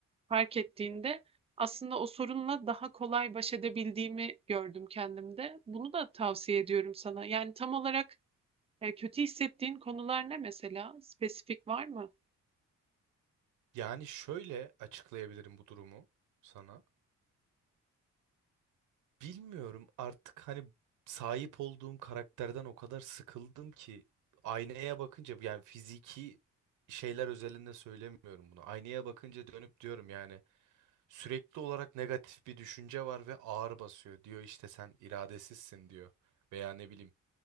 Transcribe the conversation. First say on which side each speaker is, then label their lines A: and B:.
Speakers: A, on the right; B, on the right.
A: fark ettiğinde aslında o sorunla daha kolay baş edebildiğimi gördüm kendimde. Bunu da tavsiye ediyorum sana. Yani tam olarak e, kötü hissettiğin konular ne mesela? Spesifik var mı?
B: Yani şöyle açıklayabilirim bu durumu sana. Bilmiyorum artık hani sahip olduğum karakterden o kadar sıkıldım ki aynaya bakınca yani fiziki şeyler özelinde söylemiyorum bunu. Aynaya bakınca dönüp diyorum yani sürekli olarak negatif bir düşünce var ve ağır basıyor. Diyor işte sen iradesizsin diyor veya ne bileyim